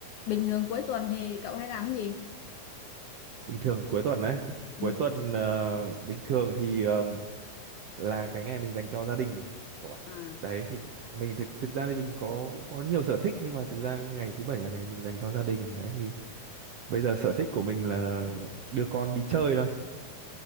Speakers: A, on the left; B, on the right.
A: Bình thường cuối tuần thì cậu hay làm cái gì?
B: bình thường cuối tuần đấy
A: Ừ.
B: cuối tuần ờ, bình thường thì ờm, là cái ngày mình dành cho gia đình các bạn
A: À,
B: đấy thì mình thực thực ra thì mình có cũng có nhiều sở thích nhưng mà thực ra ngày thứ bảy là ngày mình dành cho gia đình đấy thì bây giờ sở thích của mình là đưa con đi chơi thôi